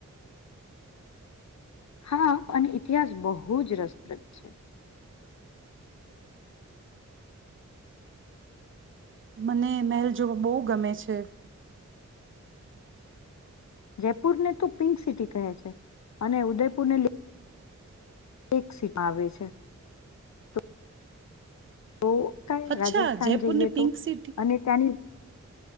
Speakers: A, on the left (about 65°); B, on the right (about 40°).
A: હા અને ઇતિહાસ બહુ જ રસપ્રદ છે.
B: મને મહેલ જોવા બો ગમે છે.
A: જયપુર ને તો પિંક સિટી કહે છે. અને ઉદયપુર ને લ લેક સીમાં આવે છે તો તો કઈ
B: અચ્છા
A: રાજસ્થાન
B: જયપુરને
A: જઈએ
B: પિંક
A: તો
B: સિટી
A: અને ત્યાંની